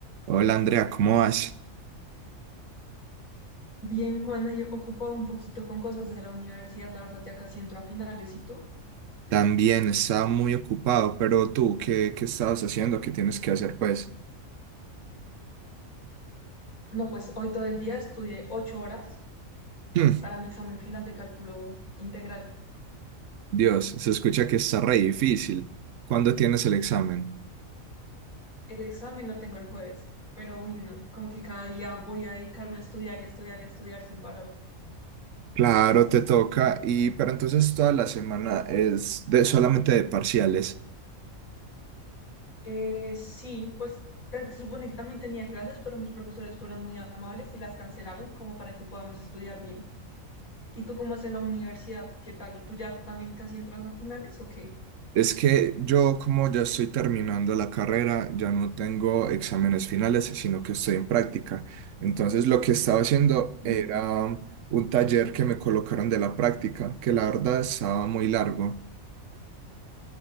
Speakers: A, on the right; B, on the left.
A: Hola Andrea, ¿cómo vas?
B: Bien, Juana, yo ocupado un poquito con cosas de la universidad, la verdad ya casi entro a finales, ¿y tú?
A: También estaba muy ocupado, pero tú, ¿qué, qué estabas haciendo? ¿Qué tienes que hacer, pues?
B: No, pues hoy todo el día estudié ocho horas
A: Hmm,
B: para mi examen final de cálculo integral.
A: Dios, se escucha que está re difícil. ¿Cuándo tienes el examen?
B: El examen lo tengo el jueves, pero uy, no, como que cada día voy a dedicarme a estudiar y a estudiar y a estudiar sin parar.
A: Claro, te toca, y pero entonces toda la semana es de solamente de parciales.
B: Eh, sí, pues tan- se supone que también tenía clases, pero mis profesores fueron muy amables y las cancelaron como para que podamos estudiar bien. ¿Y tú cómo es en la universidad? ¿Qué tal? ¿Tú ya también casi entras a finales o qué?
A: Es que yo, como ya estoy terminando la carrera, ya no tengo exámenes finales, sino que estoy en práctica. Entonces, lo que estaba haciendo era
B: Mm.
A: un taller que me colocaron de la práctica, que la verdad estaba muy largo.